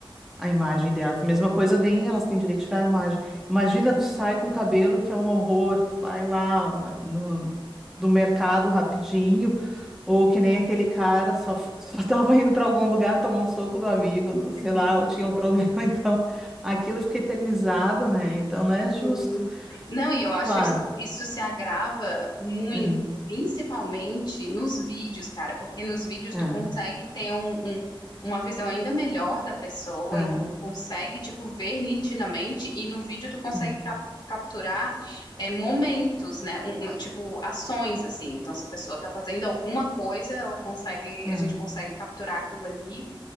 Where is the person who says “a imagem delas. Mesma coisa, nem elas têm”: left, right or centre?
Centre